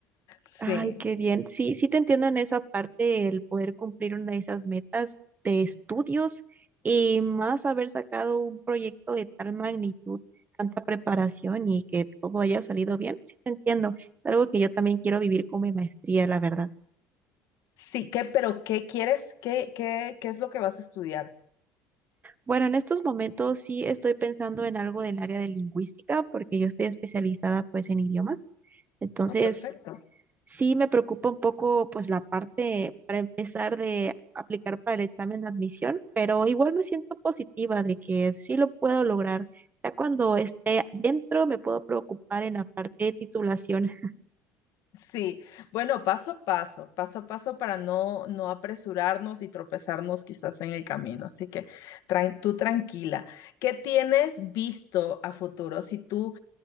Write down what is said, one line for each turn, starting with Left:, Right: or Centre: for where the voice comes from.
Left: Sí.
Right: Ay, qué bien. Sí, sí te entiendo en esa parte, el poder cumplir una de esas metas de estudios y más haber sacado un proyecto de tal magnitud, tanta preparación y que todo haya salido bien. Sí te entiendo. Es algo que yo también quiero vivir con mi maestría, la verdad.
Left: Sí, ¿qué, pero qué quieres? ¿Qué, qué, qué es lo que vas a estudiar?
Right: Bueno, en estos momentos sí estoy pensando en algo del área de lingüística porque yo estoy especializada pues en idiomas. Entonces,
Left: No, perfecto.
Right: Sí, me preocupa un poco, pues, la parte para empezar de aplicar para el examen de admisión, pero igual me siento positiva de que sí lo puedo lograr. Ya cuando esté dentro me puedo preocupar en la parte de titulación.
Left: Sí, bueno, paso a paso, paso a paso para no, no apresurarnos y tropezarnos quizás en el camino. Así que tran- tú tranquila. ¿Qué tienes visto a futuro? Si tú